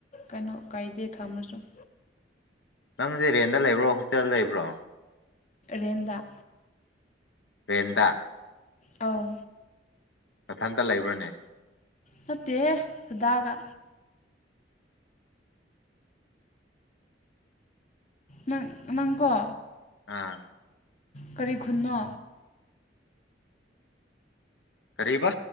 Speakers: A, on the left; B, on the left.
A: ꯀꯩꯅꯣ ꯀꯥꯏꯗꯦ ꯊꯝꯃꯁꯨ
B: ꯅꯪ ꯦ ꯔꯦꯟꯗ ꯂꯩꯕ꯭ꯔꯣ ꯍꯣꯁꯇꯦꯜꯗ ꯂꯩꯕ꯭ꯔꯣ
A: ꯔꯦꯟꯗ
B: ꯄꯦꯟꯗ
A: ꯑꯥꯎ
B: ꯃꯊꯟꯇ ꯂꯩꯕ꯭ꯔꯅꯦ
A: ꯁꯠꯇꯦꯗꯒ ꯅꯪ ꯅꯪꯀꯣ
B: ꯑꯥ
A: ꯀꯔꯤꯈꯟꯅꯣ
B: ꯀꯔꯤꯕ